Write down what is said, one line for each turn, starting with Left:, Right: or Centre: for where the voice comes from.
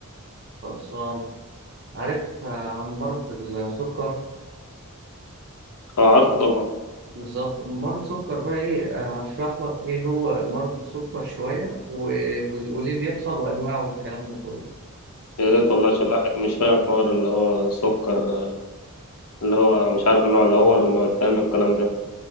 Right: خلصان عارف آه، مرض السكر
Left: اه عارفه طبعا
Right: بالظبط مرض السكر بقى ايه آه، هشرح لك ايه هو مرض السكر شوية و... و- وليه بيحصل وانواعه والكلام ده كله
Left: يا ريت والله عشان الواحد مش فاهم حوار اللي هو سكر آه، اللي هو مش عارف النوع الاول والنوع التاني والكلام ده